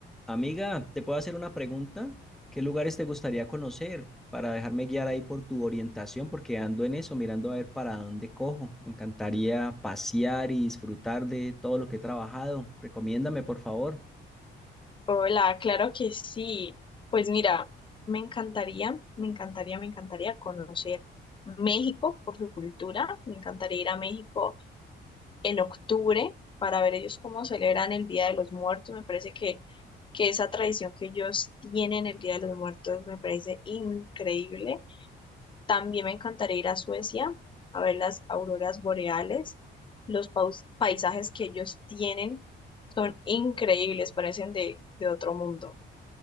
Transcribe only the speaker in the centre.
Amiga, ¿te puedo hacer una pregunta? ¿Qué lugares te gustaría conocer para dejarme guiar ahí por tu orientación? Porque ando en eso, mirando a ver para dónde cojo. Me encantaría pasear y disfrutar de todo lo que he trabajado. Recomiéndame, por favor.